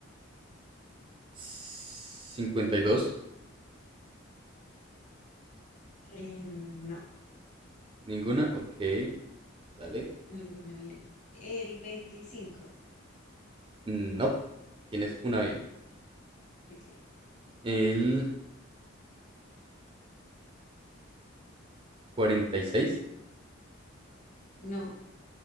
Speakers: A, on the right; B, on the left.
A: cincuenta y dos,
B: no,
A: Ninguna. Ok. Dale.
B: ninguna bien. El veinticinco
A: No. Tienes una bien.
B: Ok,
A: El cuarenta y seis,
B: no,